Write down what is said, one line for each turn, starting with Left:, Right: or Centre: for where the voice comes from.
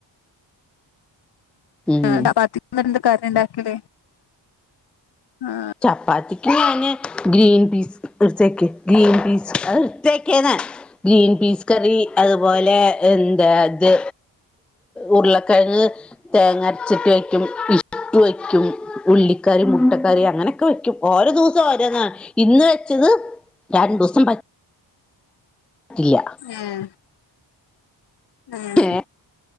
Centre: ഉം
Left: ആ <unintelligible> കറിണ്ടാക്കല് ആഹ്
Centre: ചപ്പാത്തിക്ക് ഞാന് ഗ്രീൻ പീസ് ട്ത്തെക്ക് ഗ്രീൻ പീസ് അത്ട്ത്തെക്ക്ന്ന് ഗ്രീൻ പീസ് കറി അതുപോലെ എന്താ ത് ഉരുളക്കിഴങ്ങ് തേങ്ങ അരച്ചിട്ട് വയ്ക്കും ഇഷ്ട്ടു വയ്ക്കും ഉള്ളിക്കറി മുട്ടക്കറി അങ്ങനെ ക്കെ വെയ്ക്കും ഓരോ ദിവസം ഓരോന്നാണ് ഇന്ന് വെച്ചത് രണ്ടൂസം പ ഇല്ല.
Left: ഏഹ് ഏഹ്.
Centre: ഏ